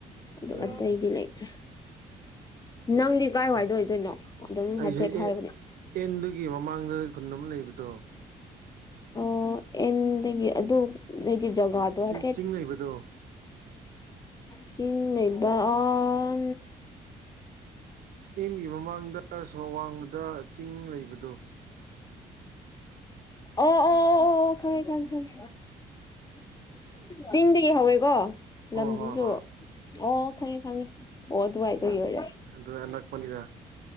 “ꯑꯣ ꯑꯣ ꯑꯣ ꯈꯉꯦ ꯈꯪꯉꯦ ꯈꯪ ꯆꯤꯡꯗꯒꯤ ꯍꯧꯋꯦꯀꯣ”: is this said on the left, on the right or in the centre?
Left